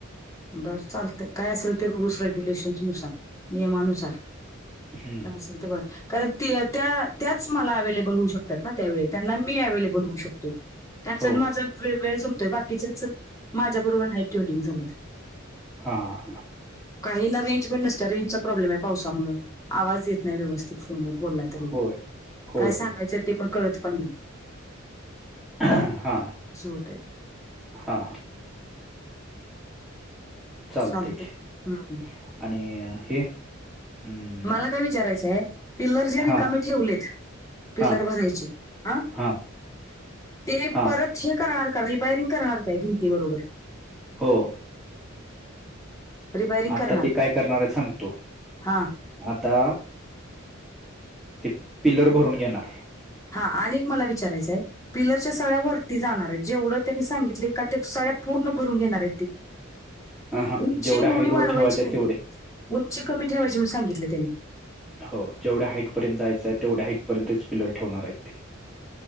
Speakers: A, on the left; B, in the centre.
A: बरं चालतंय काय असेल ते रुल्स रेग्युलेशन्स नुसार नियमानुसार. <inaudible>
B: हं.
A: कारण त्या- त्याच मला अवेलेबल होऊ शक त्यात ना त्या वेळी त्यांना अवेलेबल होऊ शकतोय त्यांचन
B: हो.
A: माझं वेळ जमतोय बाकीच्याच माझ्या बरोबर नाय ट्युनिंग जमत.
B: हां.
A: काही ना रेंज पण नसतीया रेंजचा प्रॉब्लेम आय पावसामुळ आवाज येत नाय व्यवस्थित फोनवर बोलत
B: होय. होय,
A: काय सांगायचं
B: होय.
A: ते पण कळत पण नाय.
B: हा
A: असं होतंय
B: हा. चालतय
A: चालतंय
B: की
A: हम्म.
B: आणि हे अं,
A: मला काय विचारायचंय पिल्लर जे रिकामीे
B: हां,
A: ठेवलेत पिल्लर
B: हां,
A: भरायचे आ
B: हां,
A: ते
B: हां.
A: परत हे करणार का रिबायरिंग करणार काय भिंती बरोबर?
B: हो.
A: रिपायरिंग
B: आता
A: करणार
B: ती काय करणार आयत सांगतो
A: हा
B: आता ती पिल्लर भरून घेणार.
A: हा आणि एक मला विचारायचंय? पिलरच्या सळ्या वरती जाणार आयत जेवढं त्यांनी सांगितले का ते सळ्या पूर्ण भरून घेणार हायत ती?
B: हां, हां.
A: उंची
B: जेवढ्या
A: एवढी
B: हाईटवर
A: वाढवायची
B: ठेवायचे
A: नाय
B: आहेत तेवढे.
A: उंची कमी ठेवायची म्हणून सांगितलं त्यांनी.
B: हो जेवढ्या हाईटपर्यंत जायंय आय तेवढ्या हाईटपर्यंतच पिलर ठेवणार हायत ते.